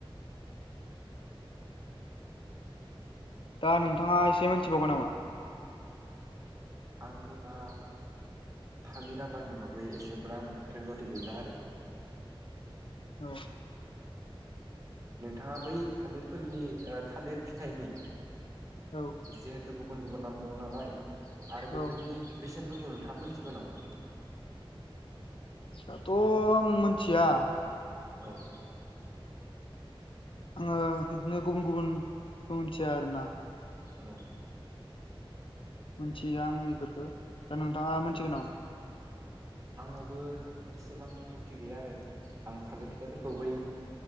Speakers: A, on the left; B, on the right.
A: दा नोंथाङा एसे मिथिबावगोन नामा
B: आंथ' दा थालिर आबादनि बागै एसेबां रोंगौथि गैला आरो
A: औ
B: नोंथाङा बै थालिरफोरनि थालिर फिथाइनि
A: औ
B: जिहेथु गुबुन गुबुन नाम दङ नालाय आरो बेफोरनि
A: औ
B: बेसेनफोरखौ नोंथाङा मोनथिगौ नामा
A: दाथ' आं मिथिया
B: औ
A: आङो बिदिनो गुबुन गुबुनखौ मिथिया आरो ना
B: औ
A: मिथियो आं बेफोरखौ दा नोंथाङा मोनथिगोन
B: औ
A: नामा
B: आंनावबो एसेबां रोंगौथि गैया आरो आं थालिर फिथाइफोरखौ बै